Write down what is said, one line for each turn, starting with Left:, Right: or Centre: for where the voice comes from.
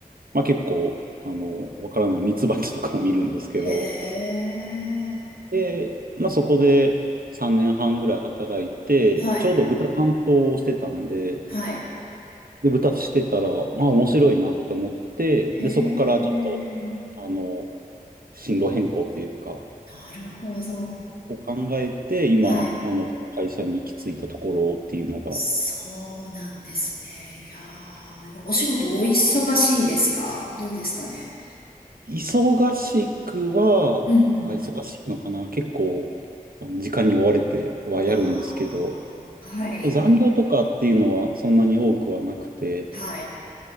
Right: まあ結構、あの、わからないミツバチとかも見るんですけど、
Left: へえ、
Right: で、まあそこで3年半ぐらい働いて、
Left: はい、
Right: ちょうど豚担当をしてたんで、
Left: はい。
Right: で、豚してたら、まあ面白いなと思って、
Left: へえ、
Right: で、そこからちょっと、あの、進路変更というか、
Left: なるほど。
Right: を考えて、今、
Left: はい。
Right: あの、この会社に行き着いたところっていうのが、
Left: そうなんですね。いやー、でもお仕事お忙しいですかどうですかね。
Right: 忙しくは、
Left: うんうん。
Right: あ、忙しいのかな、結構、あの時間に追われてはやるんですけど、
Left: ああ、はい、
Right: 残業とかっていうのはそんなに多くはなくて、
Left: はい。
Right: やっ